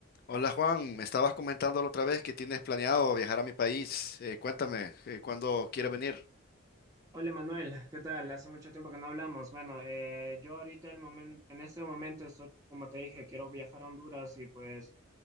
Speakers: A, on the left; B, on the right.
A: Hola Juan, me estabas comentando la otra vez que tienes planeado viajar a mi país. Eh, cuéntame, eh, ¿cuándo quieres venir?
B: Hola Manuel, ¿qué tal? Hace mucho tiempo que no hablamos. Bueno, eh, yo ahorita el momento, en este momento estoy, como te dije, quiero viajar a Honduras y pues